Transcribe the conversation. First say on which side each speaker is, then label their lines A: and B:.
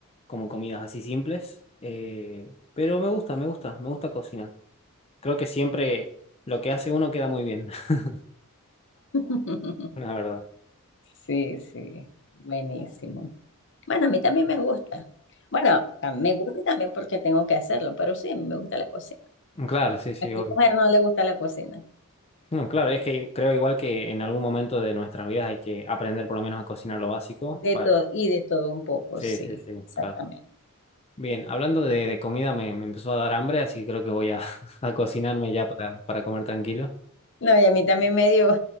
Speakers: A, on the left; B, on the left.
A: como comidas así simples. eh, pero me gusta, me gusta, me gusta cocinar. Creo que siempre lo que hace uno queda muy bien, <laughs>
B: <laughs>
A: la verdad.
B: Sí, sí, buenísimo. Bueno, a mí también me gusta. Bueno, a- me gusta también porque tengo que hacerlo, pero sí, me gusta la cocina.
A: Claro, sí, sí,
B: ¿A qué
A: obvio.
B: mujer no le gusta la cocina?
A: No, claro, es que creo igual que en algún momento de nuestras vidas hay que aprender por lo menos a cocinar lo básico
B: De
A: para...
B: todo y de todo un poco,
A: Sí,
B: sí,
A: sí, sí,
B: exactamente.
A: claro. Bien, hablando de, de comida me, me empezó a dar hambre, así que creo que voy a, <laughs> a cocinarme ya para, para comer tranquilo.
B: No, y a mí también me dio.